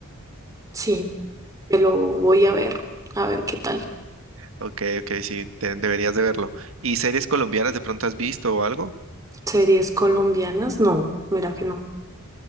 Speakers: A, on the right (about 15°); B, on the right (about 65°).
A: Sí, me lo voy a ver. A ver qué tal.
B: Ok, ok, sí, te- deberías de verlo. ¿Y series colombianas de pronto has visto o algo?
A: ¿Series colombianas? No, mira que no.